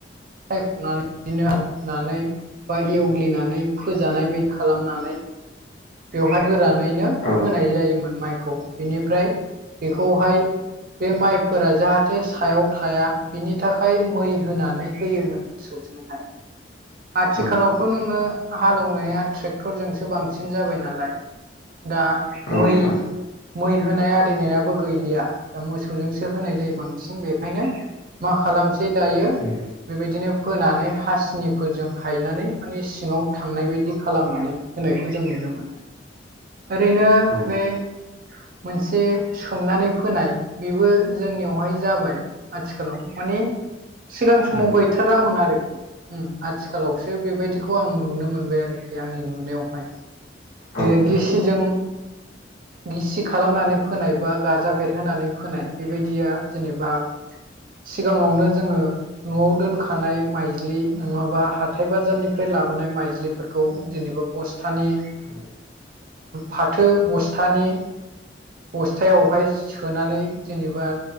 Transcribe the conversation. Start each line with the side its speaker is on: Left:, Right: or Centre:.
Right: सायख'नानै नो होनानै बा एवग्लिनानै फोजानाय बायदि खालामनानै बेवहाय गोरानैनो
Left: औ
Right: फोनाय जायोमोन माइखौ बेनिफ्राय बेखौहाय बे माइफोरा जाहाथे सायाव थाया बिनि थाखाय मै होनानै होयोमोन मोसौजोंहाय आथिखालावथ'
Left: औ
Right: नोङो हालौनाया ट्रेक्टर फोरजोंसो बांसिन जाबाय नालाय दा
Left: नोंथां
Right: मै मै होनाय आरिनायाबो गैलिया दा मोसौजोंसो होनाय जायो बांसिन बेखायनो मा खालामसै दायो
Left: औ
Right: बेबायदिनो फोनानै हासिनिफोरजों हायनानै माने सिङाव थांनाय बायदि खालामनानै होनायखौ जों नुनो मोनो ओरैनो
Left: औ
Right: बे मोनसे सोमनानै फोनाय बेबो जोंनियावहाय जाबाय। आथिखालाव माने सिगां समाव
Left: औ
Right: गैथारामोन आरो। उम आथिखालावसो बेबायदिखौ आं नुनो मोनबाय आरोखि आंनि नुनायावहाय।
Left: नोंथां औ नोंथां
Right: ओ गिसिजों गिसि खालामनानै फोनाय बा गाजा बेरहोनानै फोनाय बेबायदिया जेनेबा सिगाङावनो जोङो न'आव दोनखानाय माइज्लि नङाबा हाथाय बाजारनिफ्राय लाबोनाय माइज्लि फोरखौ जेनेबा बस्थानि‌
Left: औ
Right: फाथो बस्थानि बस्थायावहाय सोनानै जेनेबा